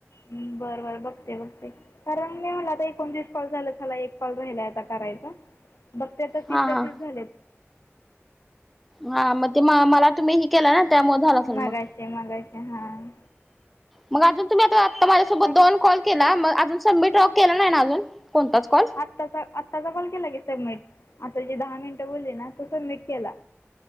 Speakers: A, on the left; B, in the centre.
A: बरं बरं बघते बघते, कारण मी म्हणलं आता एकोणतीस कॉल झालेत. झाला एक कॉल राहिला आता करायचा. बघते आता
B: हा
A: तीसच्या
B: हा
A: तीस झालेत.
B: हा, म ते म मला तुम्ही केला न, त्यामुळे झाला असेल
A: मघाशी
B: मग,
A: मघाशी हां
B: मग अजून तुम्ही आता आता सोबत दोन कॉल केला. मग अजून सबमीट तवा केला नाही ना अजून कोणताच कॉल.
A: आत्ताचा आत्ताचा कॉल केला की सबमीट. आता जी दहा मिनटं बोलली ना, तो सबमिट केला.